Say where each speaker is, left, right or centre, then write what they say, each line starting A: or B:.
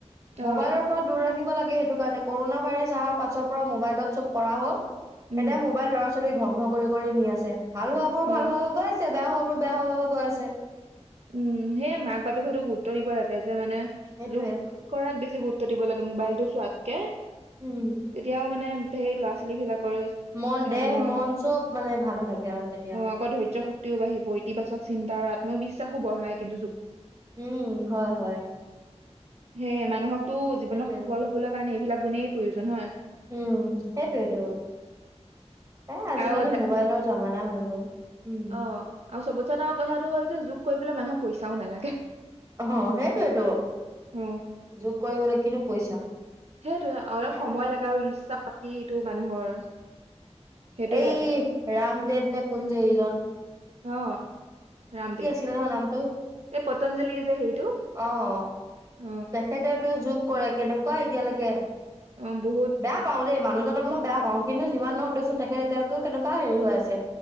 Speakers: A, on the right (about 65°); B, on the right (about 25°).
A: অ',
B: মোবাইলৰ পৰা দূৰ ৰাখি থাকিব লাগে সেইটো কাৰণে কৰোণা ভাইৰাছ আহাৰ পাছৰ পৰা মোবাইলত চব কৰা হ'ল।
A: উম,
B: এতিয়া মোবাইল লচ <unintelligible> ধংস কৰি কৰি নি আছে। ভাল হোৱাবোৰ
A: অ'।
B: ভাল হৈ গৈছে, বেয়া হোৱা বোৰ বেয়া হৈ হৈ গৈ আছে।
A: উম, সেয়ে মাক-বাপেহতেঁও গুৰুত্ব দিব লাগে। মানে
B: সেইটোয়ে
A: যোগ কৰাত বেছি গুৰুত্ব দিব লাগে মবাইলটো চোৱাতকে।
B: উম
A: তেতিয়াও মানে সেই ল'ৰা ছোৱালী বিলাক
B: মন
A: আহ
B: দেহ মন চব মানে ভাল হৈ থাকে আৰু তেতিয়া
A: আকৌ ধৈৰ্য্য শক্তিও বাঢ়িব, ইতিবাচক চিন্তা আৰু আত্মবিশ্বাস <unintelligible> বঢ়ায় কিন্তু
B: উম হয় হয়।
A: সেই মানুহক টো জীৱনত
B: সেইটোয়ে
A: সফল হ'বলৈ কাৰণে এ বিলাক গুনেই প্ৰয়োজন হয়।
B: উম, সেইটোৱেইতো। এ আজিকালি
A: আৰু দা
B: মোবাইলৰ যাম মানা হৈ গ'ল। উম
A: অ', আৰু চবতচে ডাঙৰ কথাটো হ'ল যে যোগ কৰিবলে মানুহক পইচাও নালাগে।
B: অ', সেইটোৱেইতে
A: অ
B: যোগ কৰিবলৈ কিন্তু পইচা
A: সেইটোয়ে অলপ
B: সেইয়াই
A: সময়
B: আৰু
A: লাগে ইচ্ছা শক্তিটো মানুহৰ সেইটোয়ে
B: এই
A: লাগে আৰু
B: ৰামদেৱ নে কোন যে এইজন
A: অ'। ৰামদেৱ।
B: কি আছিল নহয় নামটো
A: এই পতঞ্জলি যে হেৰিটো
B: অ'।
A: অ
B: তেখেতেওটো যোগ কৰে, কেনেকুৱা এতিয়ালৈকে
A: অ বহুত
B: বেয়া পাও দেই মানুহজন মই বয়া পাওঁ কিন্তু যিমাননৰ উদ্দ্য তেখেত এতিয়ালৈও কেনেকুৱা হে হৈ আছে